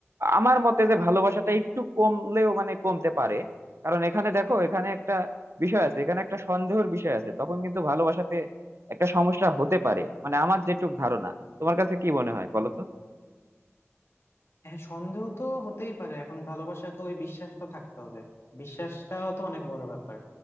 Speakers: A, on the right; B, on the left.
A: আমার মতে যে ভালোবাসাটা একটু কমলেও মানে কমতে পারে কারণ এখানে দেখো এখানে একটা বিষয় আছে এখানে একটা সন্দেহের বিষয় আছে তখন কিন্তু ভালোবাসাতে একটা সমস্যা হতে পারে মানে আমার যেটুক ধারণা তোমার কাছে কি মনে হয় বলো তো
B: হ্যাঁ সন্দেহ তো হতেই পারে এখন ভালোবাসায় তো ওই বিশ্বাসটা থাকতে হবে বিশ্বাসটাও তো অনেক বড় ব্যাপার